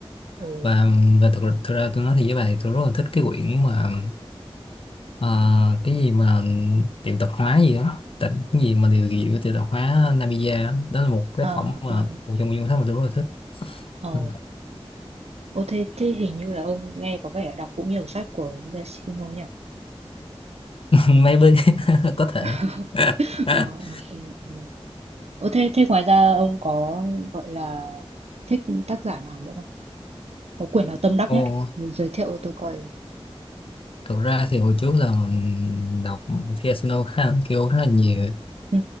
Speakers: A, on the right; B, on the left.
A: Ừ.
B: và và thực thực ra tôi nói thì với bà thì tôi rất là thích cái quyển mà Ờ, cái gì mà tiệm tạp hóa gì đó tỉnh cái gì mà điều gì của tiệm tạp hóa Namiya á. đó là một tác
A: Ờ,
B: phẩm mà
A: ờ,
B: một trong những thứ mà tôi rất là thích
A: ờ.
B: Ừ.
A: Ô thế, thế hình như là ông nghe có vẻ là đọc cũng nhiều sách của Yasuhiro nhỉ?
B: <laughs> maybe <laughs> có thể
A: <laughs>
B: <laughs>
A: Ờ, ừ, ừ, ừ. Ờ, thế, thế ngoài ra ông có gọi là thích tác giả nào nữa không? Có quyển nào tâm đắc
B: Ồ,
A: nhất không? Giới thiệu tôi coi.
B: thực ra thì hồi trước là đọc thì Asino khá là, kêu khá là nhiều
A: Ừ,